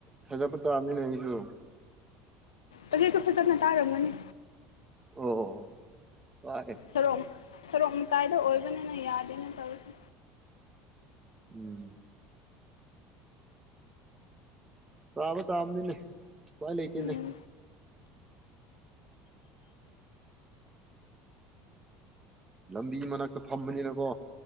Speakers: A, on the right (about 25°); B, on the left (about 85°).
A: ꯊꯖꯕ ꯇꯥꯕꯅꯤꯅꯦ ꯃꯤꯁꯨ
B: ꯍꯧꯖꯤꯛꯁꯨ ꯐꯖꯅ ꯇꯥꯔꯝꯒꯅꯤ꯫
A: ꯑꯣ ꯇꯥꯏꯑꯦ
B: ꯁꯣꯔꯣꯛ ꯁꯣꯔꯣꯛ ꯃꯇꯥꯏꯗ ꯑꯣꯏꯕꯅꯤꯅ ꯌꯥꯗꯦꯅꯦ ꯇꯧꯔꯤꯁꯦ꯫
A: ꯎꯝ꯫ ꯇꯥꯕ ꯇꯥꯕꯅꯤꯅꯦ ꯎꯄꯥꯏ ꯂꯩꯇꯦꯅꯦ꯫
B: ꯎꯝ
A: ꯂꯝꯕꯤ ꯃꯅꯥꯛꯇ ꯐꯝꯕꯅꯤꯅꯀꯣ